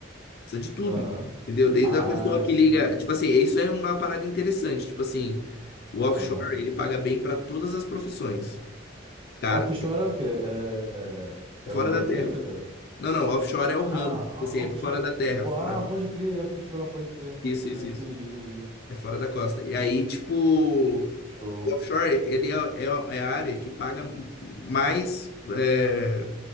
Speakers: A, on the left; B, on the right.
A: Precisa de tudo.
B: Aham.
A: Entendeu? Desde
B: Ah,
A: a pessoa que
B: sim.
A: liga. Tipo assim, isso é uma parada interessante. Tipo assim, o offshore,
B: Aham.
A: ele paga bem para todas as profissões. Cara,
B: Offshore é o quê? É,
A: é fora
B: é o nome
A: da
B: da empresa,
A: terra.
B: cara?
A: Não, não, offshore é o ramo.
B: Ah,
A: Tipo Assim,
B: ah,
A: é
B: offshore.
A: fora da terra.
B: Pô,
A: Fora...
B: Ah, pode crer, offshore, pode crer, pode
A: Isso,
B: crer.
A: isso, isso.
B: Entendi, entendi.
A: É fora da costa. E aí, tipo, o
B: Show.
A: offshore, ele é, é, é a área que paga mais é,